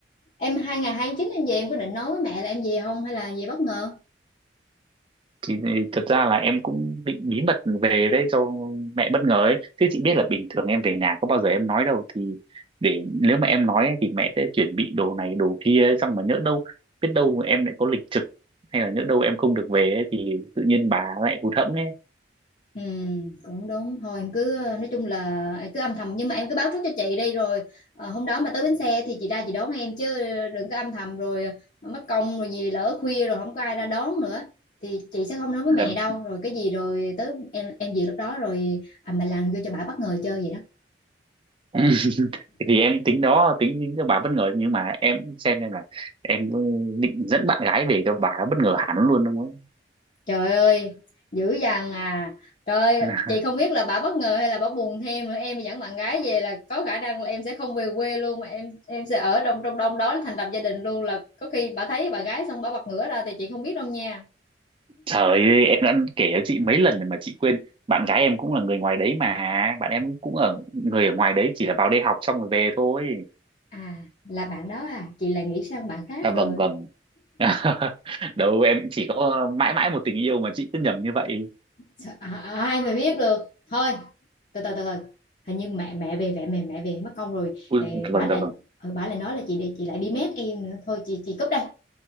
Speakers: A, on the left; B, on the right.
A: em hai ngày hai chín em về em có định nói với mẹ là em về không hay là về bất ngờ
B: thì, thật ra là em cũng định bí mật về đấy cho mẹ bất ngờ ấy chứ chị biết là bình thường em về nhà có bao giờ em nói đâu thì để nếu mà em nói ấy, thì mẹ sẽ chuẩn bị đồ này đồ kia ấy, xong mà nhỡ đâu biết đâu mà em lại có lịch trực hay là nhỡ đâu em không được về ấy, thì tự nhiên bà lại hụt hẫng ấy
A: Ừ, cũng đúng thôi em cứ nói chung là em cứ âm thầm nhưng mà em cứ báo trước cho chị đi rồi ờ, hôm đó mà tới bến xe thì chị ra chị đón em chứ đừng có âm thầm rồi mất công rồi gì lỡ khuya rồi không có ai ra đón nữa thì chị sẽ không nói với
B: Là-
A: mẹ đâu rồi cái gì rồi tới em em về lúc đó rồi à, mà làm vô cho bà bất ngờ chơi vậy đó
B: <laughs> thì em tính đó tính tính cho bà bất ngờ nhưng mà em xem xem là em định dẫn bạn gái về cho bà bất ngờ hẳn luôn đúng không
A: Trời ơi, dữ dằn à. Trời,
B: <laughs>
A: ơi, chị không biết là bà bất ngờ hay là bà buồn thêm nữa. Em dẫn bạn gái về là có khả năng là em sẽ không về quê luôn mà em em sẽ ở trong trong đông đó thành lập gia đình luôn là có khi bà thấy bạn gái xong bà bật ngửa ra thì chị không biết đâu nha.
B: Trời ơi, em đã kể cho chị mấy lần rồi mà chị quên. Bạn gái em cũng là người ngoài đấy mà. Bạn em cũng ở người ở ngoài đấy chỉ là vào đây học xong rồi về thôi.
A: À, là bạn đó à, chị là nghĩ sang bạn khác
B: À vâng
A: rồi.
B: vâng. <laughs> Đâu em chỉ có mãi mãi một tình yêu mà chị cứ nhầm như vậy.
A: Sợ- À, à, ai mà biết được. Thôi, từ từ từ từ. Hình như mẹ mẹ về mẹ mẹ mẹ về mất công rồi.
B: Ui,
A: Ê,
B: dạ vâng
A: bả lại
B: dạ vâng.
A: ờ, bả lại nói là chị để chị lại đi mét em nữa. Thôi chị chị cúp đây.